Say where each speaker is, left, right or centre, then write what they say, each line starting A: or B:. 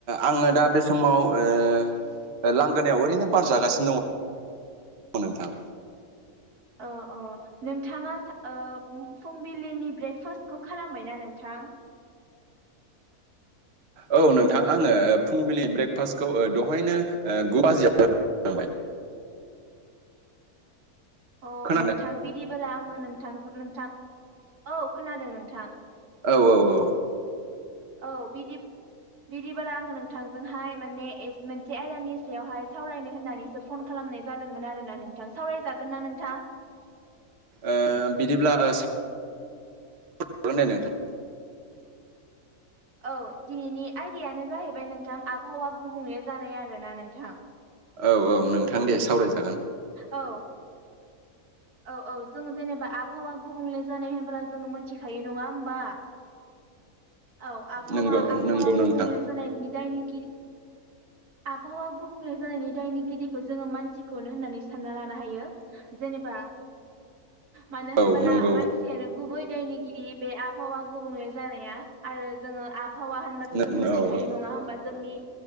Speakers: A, on the right; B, on the right.
A: आङो दा बे समाव ओ लांगोनायाव ओरैनो बार जागासिनो दङ। नोंथां
B: अ अ नोंथाङा ओ फुंबिलिनि ब्रेकफास्टखौ खालामबायना नोंथां? थां।
A: औ नोंथां आङो फुंबिलि ब्रेकफास्टखौ दहायनो गु बाजियाव जाबाय।
B: <inaudible> अ
A: खोनादों
B: नोंथां बिदिबोला आङो नोंथां नोंथां औ खोनादों नोंथां।
A: औ औ औ।
B: औ बिदि बिदिबोला आं नोंथांजोंहाय माने मोनसे आयदानि सायावहाय सावरायनो होननानैसो फन खालाम नाय जादोंमोन आरोना नोंथां सावरायजागोन ना नोंथां?
A: ओ बिदिब्ला ओ सा हागोन दे नोंथां।
B: औ दिनैनि आयदायानो जाहैबाय नोंथां आबहावा गुबुंले जानाय आरोना नोंथां।
A: औ औ नोंथां दे सावराय जा
B: औ। औ औ जों जेनेबा आबहावा गुबुंले जानाय होनबो जोङो मोनथिखायो नङा होमबा। औ आबहावा
A: नंगौ
B: आबहावा
A: नंगौ
B: गुबुंले
A: नोंथां
B: जानायनि दायनिगिरि आबहावा गुबुंले जानायनि दायनिगिरिखौ जोङो मानसिखौनो होननानै सानना लानो हायो जेने‌ बा मानो होनोबोला
A: औ नंगौ
B: मानसियानो गुबै दायनिगिरि बे आबहावा गुबुंले जानाया आरो जोङो आ फावा होनबाथ'
A: औ
B: जों
A: औ
B: मिथिखायो नङा होमबा जोंनि